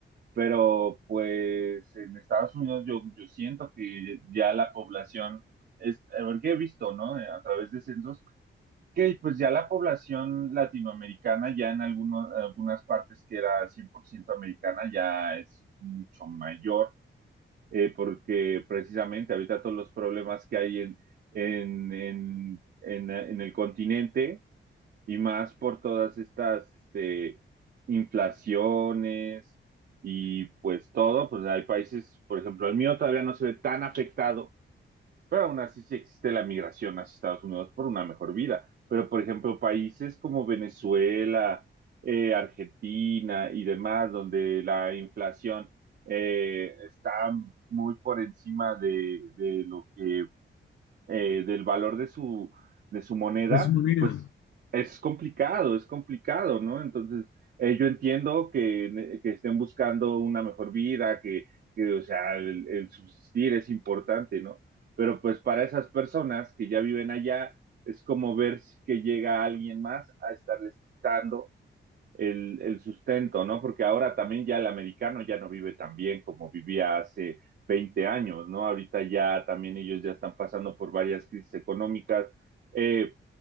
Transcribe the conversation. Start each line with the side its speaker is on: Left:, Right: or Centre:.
Right: Pero pues en Estados Unidos yo, yo siento que ya la población es, a ver, que he visto, ¿no? A través de censos que pues ya la población latinoamericana, ya en algunos, algunas partes que era 100% americana, ya es mucho mayor, eh, porque precisamente ahorita todos los problemas que hay en, en, en, en, en el continente y más por todas estas este, inflaciones y pues todo, pues hay países, por ejemplo, el mío todavía no se ve tan afectado pero aún así sí existe la migración hacia Estados Unidos por una mejor vida. Pero, por ejemplo, países como Venezuela, eh, Argentina y demás, donde la inflación eh, está muy por encima de, de lo que eh, del valor de su, de su moneda,
Left: de su manera?
Right: pues es complicado, es complicado, ¿no? Entonces, eh, yo entiendo que, que estén buscando una mejor vida, que, que o sea, el, el subsistir es importante, ¿no? Pero pues para esas personas que ya viven allá, es como ver si- que llega alguien más a estarles quitando el, el, sustento, ¿no? Porque ahora también ya el americano ya no vive tan bien como vivía hace 20 años, ¿no? Ahorita ya también ellos ya están pasando por varias crisis económicas. Eh,